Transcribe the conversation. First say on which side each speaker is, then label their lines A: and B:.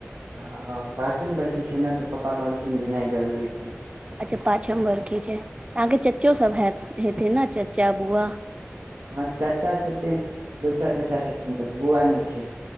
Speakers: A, on the right; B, on the right.
A: हँ पाँचम बरके छै ने तऽ पापा कहलखिन जे नहि जरूरी छै।
B: अच्छा, पाचम्बर कि छै अहाँकेँ चच्चो सभ हत हेतै ने चाचा बुआ
A: हँ, चाचा छथिन दूटा चाचा छथिन बस बुआ नहि छै।